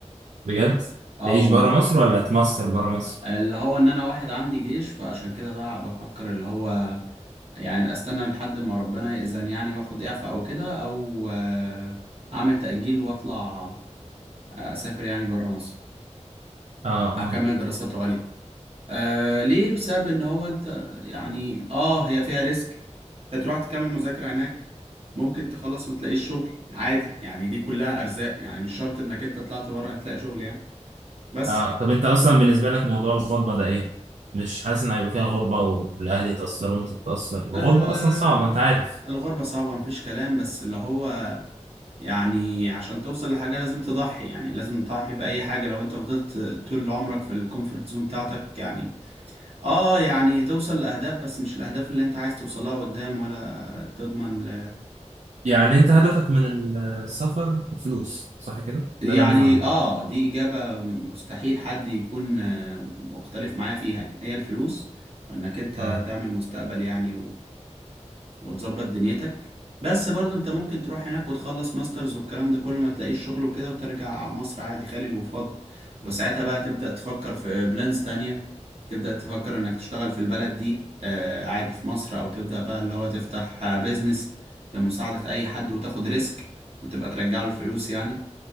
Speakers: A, on the right; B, on the right.
A: بجد
B: اه
A: تعيش
B: والله
A: بره مصر ولا تماستر بره مصر
B: اللي هو ان انا واحد عندي جيش فعشان كده بقى بفكر اللي هو يعني استنى لحد ما ربنا يأذن يعني واخد اعفاء او كده او آه، اعمل تأجيل واطلع آه، اسافر يعني بره مصر
A: اه
B: اكمل
A: اه
B: دراساته عليا آه ليه بسبب ان هو انت يعني اه هي فيها ريسك هتروح تكمل مذاكرة هناك ممكن تخلص ما تلاقيش شغل عادي يعني دي كلها ارزاق يعني مش شرط انك انت طلعت بره هتلاقي شغل يعني بس
A: اه طب انت اصلا بالنسبه لك موضوع الغربه ده ايه مش حاسس ان هيبقى فيها غربه والاهل يتاثروا وانت تتاثر الغربه
B: آه
A: اصلا صعبه انت عارف
B: الغربة صعبة مفيش كلام بس اللي هو يعني عشان توصل لحاجة لازم تضحي يعني لازم تضحي بأي حاجة لو انت فضلت طول عمرك في الكومفورت زون بتاعتك يعني اه يعني توصل لأهداف بس مش الأهداف اللي انت عايز توصلها قدام ولا تضمن ل...
A: يعني انت هدفك من السفر الفلوس صح كده
B: يعني
A: ده اللي انا فاهمه
B: اه دي إجابة مستحيل حد يكون آه، مختلف معايا فيها يعني هي الفلوس وانك انت
A: اه
B: تعمل مستقبل يعني وتظبط دنيتك بس برضو انت ممكن تروح هناك وتخلص ماسترز والكلام ده كله ما تلاقيش شغل وكده وترجع مصر عادي خالي الوفاض وساعتها بقى تبدأ تفكر في بلانز تانية تبدأ تفكر انك تشتغل في البلد دي آه، عادي في مصر او تبدأ بقى اللي هو تفتح آه بيزنس بمساعدة اي حد وتاخد ريسك وتبقى ترجع له الفلوس يعني